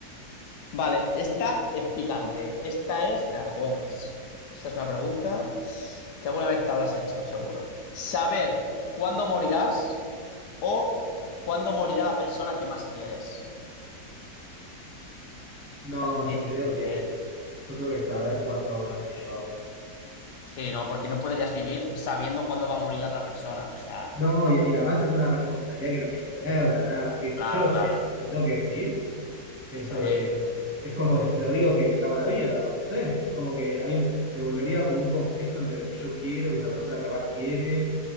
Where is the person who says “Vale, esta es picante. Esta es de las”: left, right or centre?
Left